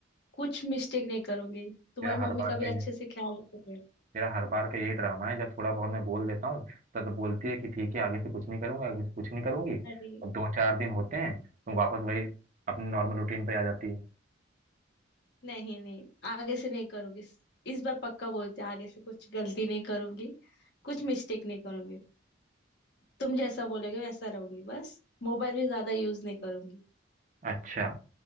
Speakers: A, on the left (about 60°); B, on the right (about 40°).
A: कुछ मिस्टेक नहीं करूंगी तुम्हारी
B: तेरा
A: मम्मी
B: हर बार
A: का भी
B: का
A: अच्छे
B: ये
A: से ख्याल रखोगे
B: तेरा हर बार का यही ड्रामा है जब थोड़ा बहुत मैं बोल देता हूँ तब तो बोलती है कि ठीक है आगे से कुछ नहीं करूंगा आगे से कुछ नहीं करूंगी
A: अरे
B: और दो चार दिन होते हैं तुम वापस वही अपने नॉर्मल रूटीन पे आ जाती है
A: नहीं नहीं आगे से नहीं करूंगी इस बार पक्का बोलते हैं आगे से कुछ गलती नहीं करूंगी कुछ मिस्टेक नहीं करूंगी तुम जैसा बोलोगे वैसा रहूंगी बस मोबाइल भी ज्यादा यूज नहीं करूंगी
B: अच्छा